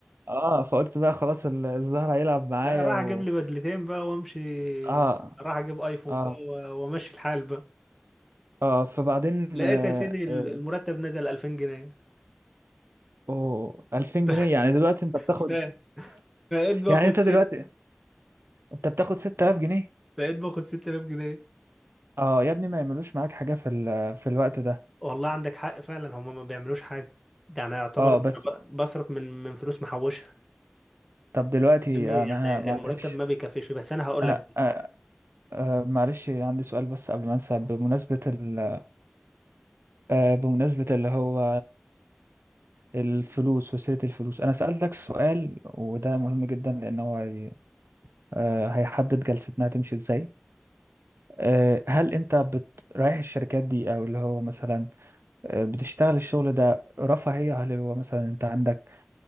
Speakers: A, on the right (about 70°); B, in the centre.
A: اه فقلت بقى خلاص ال- الزهر هيلعب معايا
B: لا راح
A: و...
B: اجيب لي بدلتين بقى وامشي
A: اه
B: راح اجيب ايفون
A: اه
B: بقى و- وامشي الحال بقى
A: اه فبعدين
B: لقيت
A: آه
B: يا سيدي المرتب
A: آه
B: نزل 2000 جنيه
A: أوه 2000
B: <laughs>
A: جنيه يعني دلوقتي انت بتاخد
B: ف- فبقيت باخد
A: يعني انت
B: ست
A: دلوقتي انت بتاخد 6000 جنيه
B: بقيت باخد 6000 جنيه
A: اه يا ابني ما يعملوش معاك حاجة في ال... في الوقت ده
B: والله عندك حق فعلا هما ما بيعملوش حاجه يعني يعتبر
A: اه
B: أنا
A: بس
B: ب- بصرف من من فلوس محوشها
A: طب دلوقتي
B: فاهمني
A: انا
B: يعني
A: ه- معلش
B: المرتب ما بيكفيش بس انا هقول
A: آه
B: لك
A: آه آه معلش عندي سؤال بس قبل ما انسى بمناسبة ال... آه بمناسبة اللي هو الفلوس وسيرة الفلوس انا سألتك سؤال وده مهم جدا لان هو هي... آه هيحدد جلستنا هتمشي ازاي آه، هل انت بت... رايح الشركات دي او اللي هو مثلا آه، بتشتغل الشغل ده رفاهية هل اللي هو مثلا انت عندك